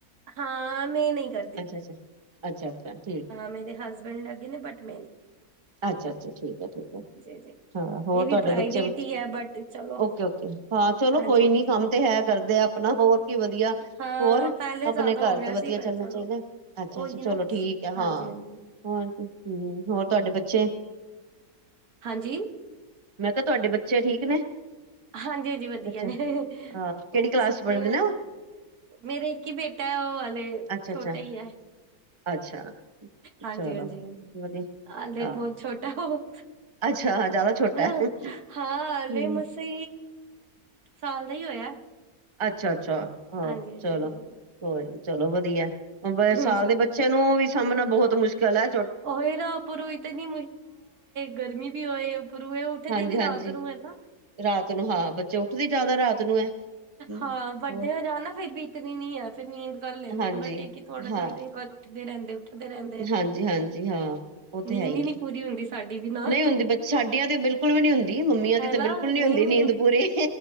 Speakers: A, on the right; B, on the right.
A: ਹਾਂ ਮੈਂ ਨਹੀਂ ਕਰਦੀ।
B: ਅੱਛਾ ਅੱਛਾ ਅੱਛਾ ਅੱਛਾੀ।
A: ਮੇਰੇ ਹਸਬੈਂਡ ਲੱਗੇ ਨੇ ਬਟ ਮੇਨ ਨੀ।
B: ਅੱਛਾ ਅੱਛਾ ਠੀਕ ਹ
A: ਹਾਂਜੀ
B: ਬਹੁਤ।
A: ਇਹ ਵੀ ਪ੍ਰਾਈਵੇਟ
B: ਤੇ ਬੱਚੇ
A: ਹੀ ਹੈ ਬਟ ਚਲੋ
B: ਓਕੇ ਓਕੇ ਹਾਂ ਚਲੋ
A: ਹਾਂਜੀ
B: ਕੋਈ
A: ਹਾਂਜੀ
B: ਨਹੀਂ ਕੰਮ ਤੇ ਹੈ ਕਰਦੇ ਆ ਨਾ ਹੋਰ ਕੀ ਵਧੀਆ
A: ਹਾਂ
B: ਹੋਰ
A: ਪਹਿਲੇ
B: ਆਪਣੇ
A: ਜ਼ਿਆਦਾ
B: ਘਰ
A: ਹੋ ਗਿਆ
B: ਤੋਂ ਵਧੀਆ
A: ਸੀ ਪਰ
B: ਚੱਲਣਾ
A: ਚਲੋ
B: ਚਾਹੀਦਾ। ਅੱਛਾ
A: ਉਹੀ
B: ਅੱਛਾ
A: ਨਾ
B: ਚਲੋ ਠੀਕ ਆ ਹਾਂ
A: ਹਾਂਜੀ ਹਾਂਜੀ
B: ਹੋਰ ਤੁਹਾਡੇ ਬੱਚੇ?
A: ਹਾਂਜੀ?
B: ਮੈਂ ਕਿਹਾ ਤੁਹਾਡੇ ਬੱਚੇ ਠੀਕ ਨੇ?
A: ਹਾਂਜੀ ਹਾਂਜੀ ਵਧੀਆ
B: ਬੱਚੇ
A: ਨੇ
B: ਹਾਂ ਕਿਹੜੀ
A: ਉਹ
B: ਕਲਾਸ
A: ਵੀ ਸੁੱਤੇ
B: ਚ ਪੜ੍ਹਦੇ
A: ਆ।
B: ਨੇ ਉਹ
A: ਮੇਰੇ ਕੀ ਬੇਟਾ ਉਹ ਵਾਲੇ
B: ਅੱਛਾ
A: ਛੋਟਾ
B: ਅੱਛਾ
A: ਹੀ ਹ।
B: ਅੱਛਾ।
A: ਹਾਂਜੀ
B: ਚਲੋ
A: ਹਾਂਜੀ
B: ਵਧੀਆ ਹਾਂ
A: ਬਹੁਤ ਛੋਟਾ ਓਹੋ।
B: ਅੱਛਾ ਹਾਂ ਜ਼ਿਆਦਾ ਛੋਟਾ
A: ਅ
B: ਹੈ
A: ਹਾਂ ਅਲੇ
B: ਹਮ
A: ਮਸ ਤੇ ਸਾਲ ਦਾ ਹੀ ਹੋਇਆ।
B: ਅੱਛਾ ਅੱਛਾ। ਹਾਂ
A: ਹਾਂਜੀ ਹਾਂਜੀ
B: ਚਲੋ
A: ਹਾਂਜੀ ਹਾਂ।
B: ਚਲੋ ਵਧੀਆ ਸਾਲ
A: ਜੀ
B: ਦੇ
A: ਜੀ
B: ਬੱਚੇ ਨੂੰ ਵੀ ਸਾਂਭਣਾ ਬਹੁਤ ਮੁਸ਼ਕਿਲ ਹ
A: ਓਏ ਨਾ ਉੱਪਰੋ ਇਤਨੀ ਗਰਮੀ ਵੀ ਹੋਏ। ਉੱਪਰੋਂ ਇਹ ਉੱਠਦੇ
B: ਹਾਂਜੀ
A: ਵੀ
B: ਹਾਂਜੀ
A: ਰਾਤ ਨੂੰ ਹੈ ਨਾ
B: ਰਾਤ ਨੂੰ ਹਾ ਬੱਚਾ ਤੁਸੀਂ ਜਿਆਦਾ ਰਾਤ ਨੂੰ ਹੈ। ਹਮ,
A: ਹਾਂ ਵੱਡੇ
B: ਹੋਰ
A: ਹੋ ਜਾਓ ਨਾ ਫਿਰ ਬੀਤਦੀ ਨਹੀਂ ਹ ਫਿਰ ਨੀਂਦ ਕਰ ਲੈਂਦੇ
B: ਹਾਂਜੀ
A: ਨੇ ਬਟ ਇਹ ਕੀ ਥੋੜਾ
B: ਹਾਂ
A: ਥੋੜਾ ਰਹਿੰਦੇ ਉੱਠਦੇ ਰਹਿੰਦੇ ਆ
B: ਹਾਂਜੀ ਹਾਂਜੀ ਹਾਂ ਉਹ
A: ਨੀਂਦ
B: ਤੇ ਹੈ ਹੀ
A: ਵੀ ਨਹੀਂ
B: ਹੈ
A: ਪੂਰੀ ਹੁੰਦੀ ਸਾਡੀ ਵੀ ਨਾਲ
B: ਨਹੀਂ ਹੁੰਦੀ ਸਾਡੀਆਂ ਤੇ ਬਿਲਕੁਲ ਵੀ ਨਹੀਂ ਹੁੰਦੀ ਮਮੀਆਂ
A: ਹੈ
B: ਦੀ ਤਾਂ
A: ਨਾ
B: ਬਿਲਕੁਲ ਨਹੀਂ ਹੁੰਦੀ
A: ਨੀ
B: ਨੀਂਦ ਪੂਰੀ।